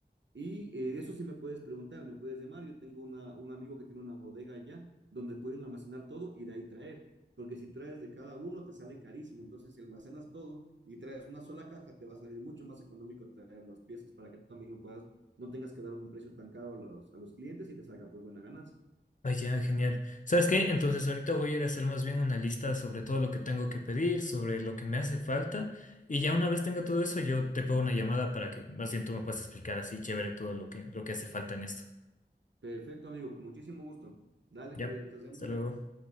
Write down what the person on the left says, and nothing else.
Ah, ya, genial. ¿Sabes qué? Entonces ahorita voy a ir a hacer más bien una lista sobre todo lo que tengo que pedir, sobre lo que me hace falta. Y ya una vez tenga todo eso, yo te pego una llamada para que más bien tú me puedas explicar así chévere todo lo que, lo que hace falta en esto.
Ya,
hasta
luego.